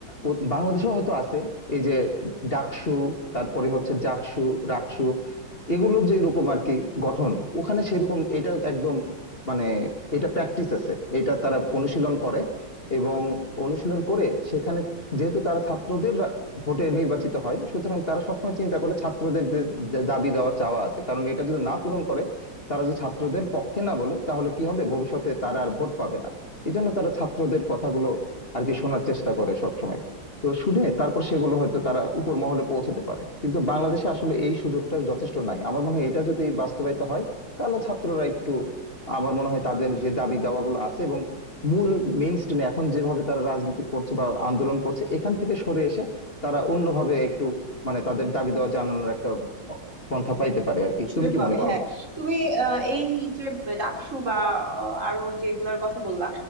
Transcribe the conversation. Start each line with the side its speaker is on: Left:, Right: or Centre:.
Left: ও- বাংলাদেশেও হয়তো আছে এই যে ডাকসু তারপরে হচ্ছে জাকসু রাকসু এগুলো যে এরকম আর কি গঠন ওখানে সেরকম এটা একদম মানে এটা প্র্যাকটিস আছে এটা তারা অনুশীলন করে এবং অনুশীলন করে সেখানে যেহেতু তারা ছাত্রদের রা- ভোটে নির্বাচিত হয় সুতরাং তারা সবসময় চিন্তা করে ছাত্রদের যে যে দাবি দেওয়া চাওয়া আছে কারণ এটা যদি না পূরণ করে তারা যদি ছাত্রদের পক্ষে না বলে তাহলে কি হবে ভবিষ্যতে তারা আর ভোট পাবে না এই জন্য তারা ছাত্রদের কথাগুলো আর কি শোনার চেষ্টা করে সবসময় তো শুনে তারপর সেগুলো হয়তো তারা উপর মহলে পৌঁছাতে পারে কিন্তু বাংলাদেশে আসলে এই সুযোগটা যথেষ্ট নাই আমার মনে হয় এটা যদি বাস্তবায়িত হয় তাহলে ছাত্ররা একটু আমার মনে হয় তাদের যে দাবি দাওয়াগুলো আছে এবং মূল মেইন স্ট্রিমে এখন যেভাবে তারা রাজনীতি করছে বা আন্দোলন করছে এখান থেকে সরে এসে তারা অন্যভাবে একটু মানে তাদের দাবি দাওয়া জানানোর একটা পন্থা পাইতে পারে আর কি
Right: সুযোগ
Left: তুমি কি
Right: পাবে
Left: মনে করো
Right: হ্যাঁ তুমি আহ, এই যে ডাকসু বা আহ, আরো যেগুলোর কথা বললা